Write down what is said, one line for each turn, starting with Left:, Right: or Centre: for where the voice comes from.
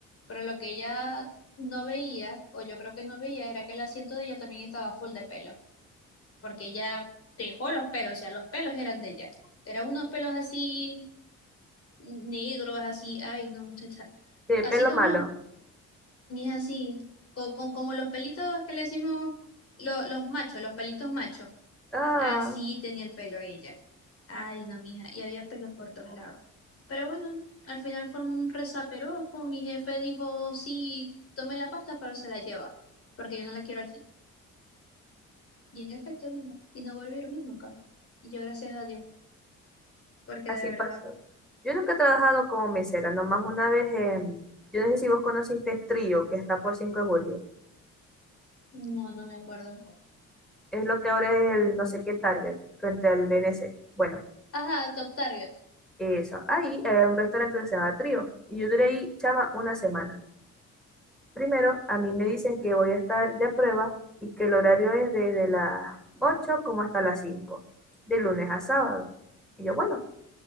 Left: Pero lo que ella no veía, o yo creo que no veía, era que el asiento de ella también estaba full de pelo. Porque ella dejó los pelos, o sea, los pelos eran de ella. Eran unos pelos así negros, así, ay, no, muchacha.
Centre: de
Left: Así
Centre: pelo
Left: como,
Centre: malo.
Left: ni es así, co- co- como los pelitos que le decimos lo- los machos, los pelitos machos.
Centre: Ah,
Left: Así tenía el pelo ella. Ay, no, mija, y había pelo por todos lados. Pero bueno, al final formó un resaperoco. Mi jefe dijo, sí, tome la pasta, pero se la lleva, porque yo no la quiero aquí. Y en efecto vino, y no volvieron más nunca. Y yo gracias a Dios, porque
Centre: así
Left: de verdad,
Centre: pasó. Yo nunca he trabajado como mesera, nomás una vez en... Yo no sé si vos conociste Trío, que está por 5 de julio.
Left: no, no me acuerdo.
Centre: Es lo que ahora es el no sé qué Target, frente al BNC. Bueno,
Left: Ajá, Top Target.
Centre: eso. Ahí era un restaurante que se llama Trío. Y yo duré ahí, chama, una semana. Primero, a mí me dicen que voy a estar de prueba y que el horario es desde las 8 como hasta las 5, de lunes a sábado. Y yo, bueno,